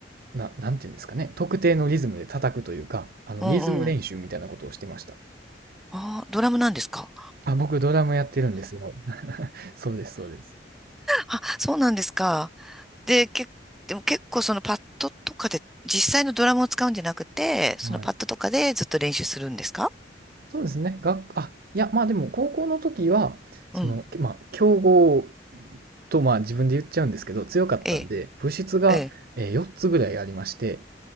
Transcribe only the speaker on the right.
な、なんていうんですかね、特定のリズムで叩くというか、あのリズム練習みたいなことをしてました。
あ、僕ドラムやってるんですよ。<laughs> そうです、そうです。
はい。そうですね。学あ、いや、まあでも高校の時は、その、
まあ、強豪とまあ自分で言っちゃうんですけど、強かったんで、
部室が、
えー4つぐらいありまして、